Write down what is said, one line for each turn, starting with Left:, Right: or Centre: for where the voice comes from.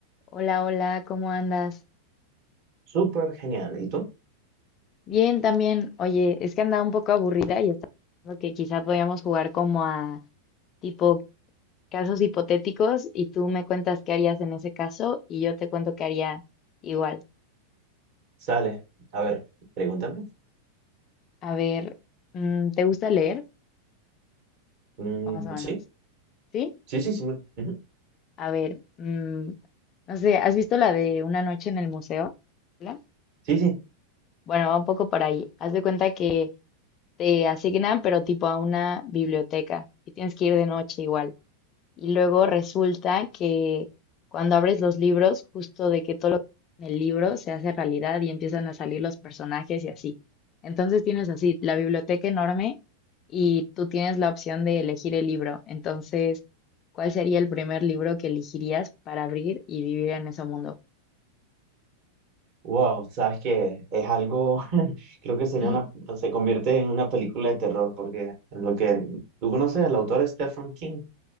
Left: Hola, hola, ¿cómo andas?
Right: Súper genial. ¿Y tú?
Left: Bien, también. Oye, es que andaba un poco aburrida y estaba pensando que quizá podíamos jugar como a tipo casos hipotéticos y tú me cuentas qué harías en ese caso y yo te cuento qué haría igual.
Right: Sale. A ver, pregúntame.
Left: A ver, mm, ¿te gusta leer?
Right: Mm,
Left: Vamos a vernos.
Right: sí,
Left: ¿Sí?
Right: sí, sí, sí. me- ujú.
Left: A ver, mm, no sé, ¿has visto la de Una noche en el museo? ¿La?
Right: Sí, sí.
Left: Bueno, va un poco por ahí. Haz de cuenta que te asignan, pero tipo a una biblioteca y tienes que ir de noche igual. Y luego resulta que cuando abres los libros, justo de que todo lo que en el libro se hace realidad y empiezan a salir los personajes y así. Entonces tienes así la biblioteca enorme y tú tienes la opción de elegir el libro. Entonces, ¿cuál sería el primer libro que elegirías para abrir y vivir en ese mundo?
Right: Wow, sabes que es algo, <laughs> creo que sería
Left: <laughs>
Right: una, se convierte en una película de terror porque lo que tú conoces, el autor Stephen King.